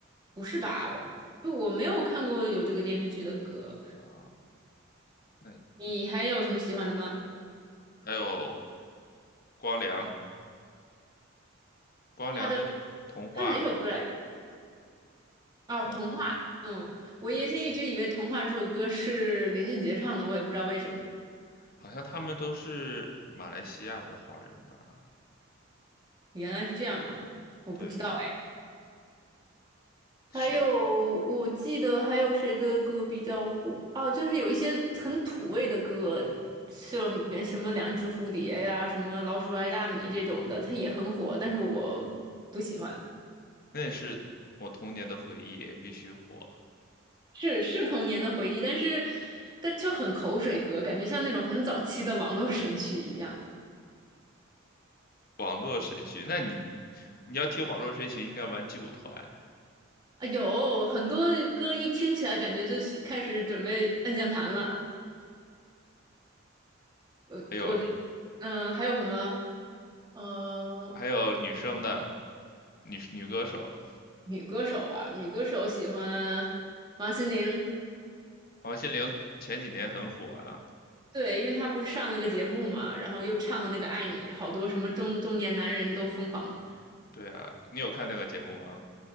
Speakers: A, on the right; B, on the left.
A: 不是吧？
B: 主题曲吗？
A: 我就我没有看过有这个电视剧的歌。
B: 啊、那
A: 你还有什么喜欢的吗？
B: 还有光良，光良的童话，
A: 他的他是哪首歌来着？哦，
B: 童话，
A: 童话。嗯，
B: 嗯对，
A: 我原先一直以为《童话》这首歌是林俊杰唱的，我也不知道为什么。
B: 好像他们都是马来西亚的华人吧？
A: 原来是这样吗？我不知道。
B: 对，
A: 还有我记得还有谁的歌比较火啊？
B: 是，
A: 就是有一些很土味的歌，像原什么两只蝴蝶呀、什么老鼠爱大米这种的，它也很火，但是我不喜欢。
B: 那也是我童年的回忆，必须火。
A: 是是童年的回忆，但是但就很口水歌，感觉像那种很早期的网络神曲一样
B: 网络神曲，那你你要听网络神曲，应该玩劲舞团，
A: 啊。有很多歌一听起来感觉就开始准备按键盘了。我我觉得
B: 还有
A: 嗯、还有什么？嗯、
B: 还有女生的女女歌手，
A: 女歌手啊，女歌手喜欢王心凌，
B: 王心凌前几年很火啊。
A: 对，因为她不是上了个节目嘛，然后又唱了那个《爱你》，好多什么中中年男人都疯狂了。
B: 对啊，你有看那个节目吗？